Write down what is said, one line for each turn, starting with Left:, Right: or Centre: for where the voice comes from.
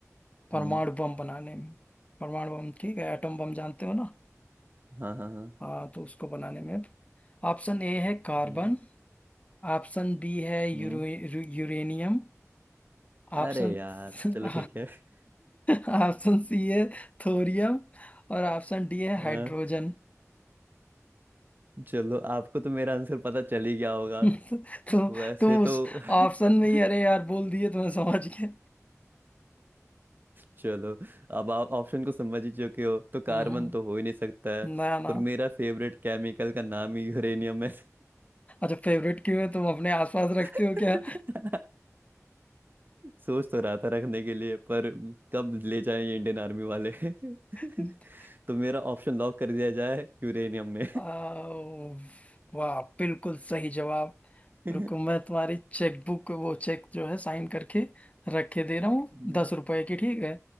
Left: परमाणु
Right: हम्म,
Left: बम बनाने में परमाणु बम ठीक है एटम बम जानते हो ना
Right: हाँ हाँ हाँ हाँ
Left: हाँ तो उसको बनाने में ऑप्शन ए है कार्बन
Right: हम्म
Left: ऑप्शन बी है यूरो
Right: हम्म,
Left: यूरेनियम
Right: अरे
Left: ऑप्शन
Right: यार
Left: <laughs>
Right: चलो ठीक है <laughs>
Left: ऑप्शन सी है थोरियम और ऑप्शन डी है
Right: आ,
Left: हाइड्रोजन
Right: चलो आपको तो मेरा आंसर पता चल ही गया होगा
Left: <laughs> तो
Right: वैसे
Left: तुम
Right: तो
Left: उस
Right: <laughs>
Left: ऑप्शन में ही अरे यार बोल दिए तो मैं समझ गया
Right: चलो अब आप ऑप्शन को समझ ही चुके हो तो कार्बन
Left: हम्म
Right: तो हो ही नहीं सकता है
Left: ना ना
Right: और मेरा फेवरेट केमिकल का नाम ही यूरेनियम है
Left: अच्छा फेवरेट क्यों है तुम अपने आसपास रखते
Right: <laughs>
Left: हो क्या
Right: सोच तो रहा था रखने के लिए पर कब ले जाएं ये इंडियन आर्मी वाले <laughs>
Left: <laughs>
Right: तो मेरा ऑप्शन लॉक कर दिया जाए यूरेनियम में
Left: आओ, वाह बिल्कुल सही जवाब
Right: <laughs>
Left: रुको मैं तुम्हारी चेकबुक वो चेक जो है साइन करके रखे दे रहा
Right: हम्म,
Left: हूँ दस रुपए की ठीक है